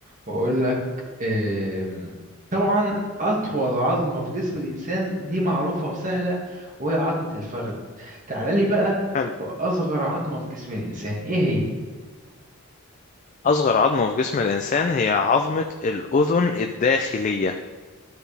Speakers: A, on the right; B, on the left.
A: وأقول لك آم، طبعا أطول عظمة في جسم الإنسان دي معروفة وسهلة وهي عظمة الفخذ تعال لي بقى
B: حلو
A: في أصغر عظمة في جسم الإنسان إيه هي؟
B: أصغر عظمة في جسم الإنسان هي عظمة الأذن الداخلية